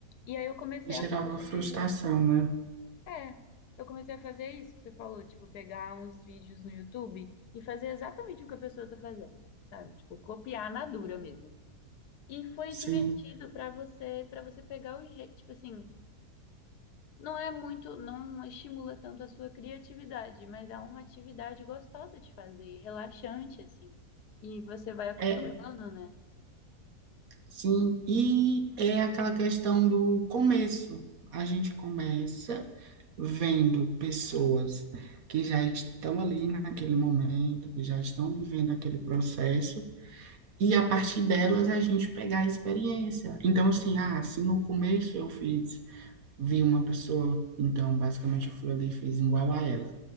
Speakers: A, on the left; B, on the right.
A: E aí eu comecei
B: E gerava
A: a fazer.
B: frustração, né?
A: É, eu comecei a fazer isso que você falou, tipo, pegar uns vídeos no YouTube e fazer exatamente o que a pessoa tá fazendo, sabe? Tipo, copiar na dura mesmo. E foi
B: Sim.
A: divertido pra você, para você pegar o jeito, tipo assim, não é muito, não estimula tanto a sua criatividade, mas é uma atividade gostosa de fazer, relaxante assim. E você vai acostumando,
B: É,
A: né?
B: Sim, e é aquela questão do começo. A gente começa vendo pessoas que já estão ali naquele momento, que já estão vivendo aquele processo, e a partir delas a gente pegar a experiência. Então, assim, ah, se no começo eu fiz, vi uma pessoa, então basicamente eu fui ali e fiz igual a ela.